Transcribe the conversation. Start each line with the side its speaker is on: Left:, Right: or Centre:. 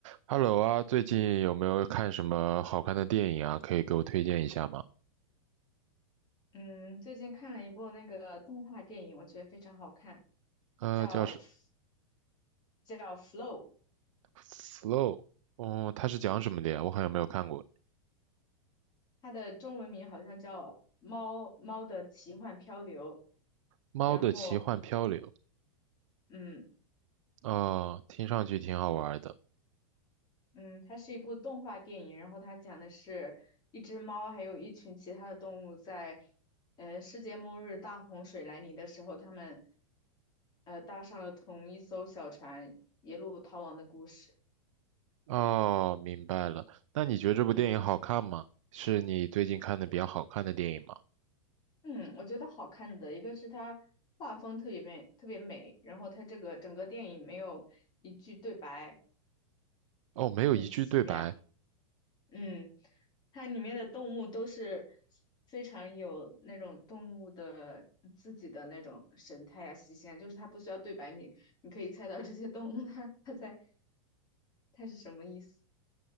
Right: Hello 啊，最近有没有看什么好看的电影啊？可以给我推荐一下吗？
Left: 嗯，最近看了一部那个动画电影，我觉得非常好看，
Right: 呃，
Left: 叫
Right: 叫是
Left: F- 叫《Flow》，
Right: 《Flow》，嗯，它是讲什么的呀？我好像没有看过
Left: 它的中文名好像叫《猫猫的奇幻漂流》。
Right: 《猫的奇幻漂流》
Left: 然后，嗯
Right: 哦，听上去挺好玩的。
Left: 嗯，它是一部动画电影，然后它讲的是一只猫还有一群其他的动物在呃世界末日大洪水来临的时候，他们呃搭上了同一艘小船，一路逃亡的故事。
Right: 哦，明白了。那你觉得这部电影好看吗？
Left: 嗯。
Right: 是你最近看的比较好看的电影吗？
Left: 嗯，我觉得好看的一个是它画风特别美，特别美，然后它这个整个电影没有一句对白，
Right: 哦，没有一句对白。
Left: 很奇妙。嗯，它里面的动物都是非常有那种动物的自己的那种神态啊、习性啊，就是它不需要对白，你你可以猜到这些动物它它在它是什么意思。